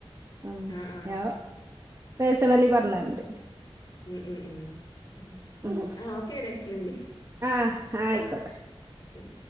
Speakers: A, on the right (about 30°); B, on the left (about 40°).
A: ഉംഞാ
B: ആ ആ
A: പേഴ്സണലി പറഞ്ഞര്ണ്ട്
B: ഉം ഉം ഉം
A: ഉം
B: ആ ഓക്കേടേ ന്നെങ്കി
A: ആഹ് ആഹ് ആയിക്കോട്ടെ.
B: ശരി